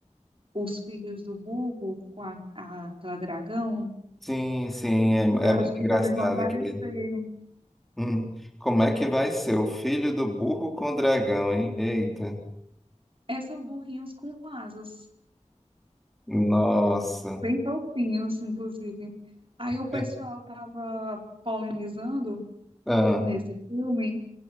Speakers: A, on the right; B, in the centre.
A: os filhos do burro com a, a- aquela dragão.
B: Sim, sim, é,
A: Eu
B: é
A: acho
B: muito
A: que
B: engraçado
A: também vão aparecer.
B: aquilo. Hum, como é que vai ser? O filho do burro com o dragão, hein? Eita.
A: É, são burrinhos com asas,
B: Nossa.
A: bem fofinhos, inclusive. Aí o pessoal
B: É.
A: estava polemizando
B: Ah,
A: nesse filme